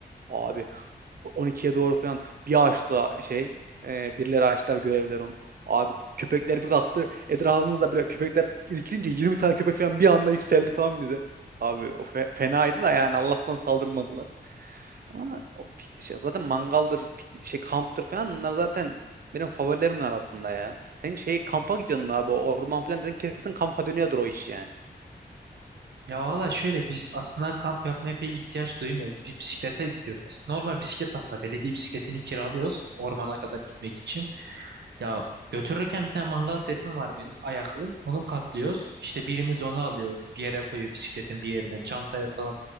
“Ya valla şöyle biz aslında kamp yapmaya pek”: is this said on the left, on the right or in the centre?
Right